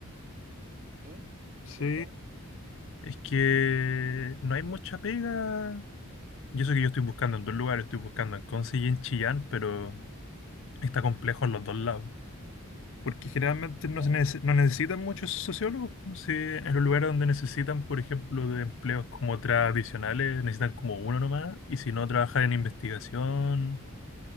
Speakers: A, on the right; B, on the left.
A: ¿Sí?
B: Sí,
A: ¿Por qué?
B: es que no hay mucha pega. Y eso que yo estoy buscando en dos lugares, estoy buscando en Conce y en Chillán, pero está complejo en los dos lados. Porque generalmente
A: Ya,
B: no, se neces- no necesitan muchos sociólogos. Si en los lugares donde necesitan, por ejemplo, de empleos como tradicionales, necesitan como uno nomás. Y si no, trabajar en investigación,